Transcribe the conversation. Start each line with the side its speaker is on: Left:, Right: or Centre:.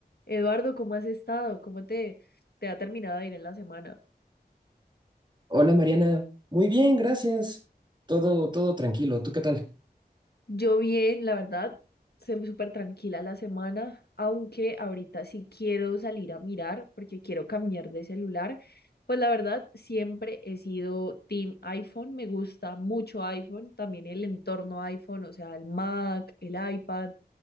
Left: Eduardo, ¿cómo has estado? ¿Cómo te, te ha terminado de ir en la semana?
Right: Hola Mariana, muy bien, gracias. Todo, todo tranquilo. ¿Tú qué tal?
Left: Yo bien, la verdad, se me súper tranquila la semana, aunque ahorita sí quiero salir a mirar porque quiero cambiar de celular. Pues la verdad, siempre he sido team iPhone, me gusta mucho iPhone, también el entorno iPhone, o sea, el Mac, el iPad,